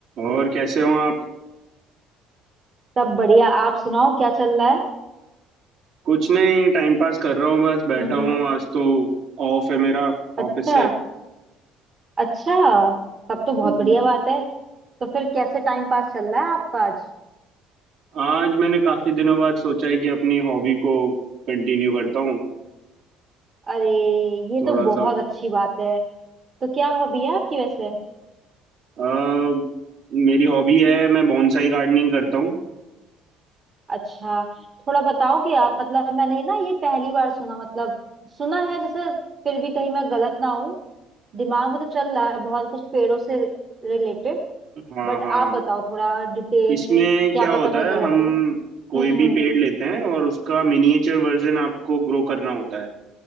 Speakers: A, on the right; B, on the right.
A: और कैसे हो आप
B: सब बढ़िया आप सुनाओ क्या चल रहा है
A: कुछ नहीं टाइम पास कर रहा हूँ बस बैठा
B: हम्म
A: हूँ
B: हम्म
A: आज तो ऑफ है मेरा
B: अच्छा
A: ऑफिस से
B: अच्छा तब तो बहुत
A: हम्म,
B: बढ़िया बात है तो फिर कैसे टाइम पास चल रहा है आपका आज
A: आज मैंने काफी दिनों बाद सोचा है कि अपनी हॉबी को कंटिन्यू करता हूँ
B: अरे ये
A: थोड़ा
B: तो
A: सा
B: बहुत अच्छी बात है तो क्या हॉबी है आपकी वैसे
A: अ, मेरी हॉबी है मैं बॉन्साई गार्डनिंग करता हूँ
B: अच्छा थोड़ा बताओगे आप मतलब मैंने ना ये पहली बार सुना मतलब सुना है जैसे फिर भी कहीं मैं गलत ना हूँ दिमाग में तो चल रहा है बहुत कुछ पेड़ों से रिलेटेड
A: हाँ
B: बट आप
A: हाँ
B: बताओ थोड़ा डिटेल
A: इसमें
B: में क्या
A: क्या होता
B: पता मैं गलत
A: है हम
B: हूँ
A: कोई
B: हम्म हम्म
A: भी पेड़ लेते हैं और उसका मिनिएचर वर्जन आपको ग्रो करना होता है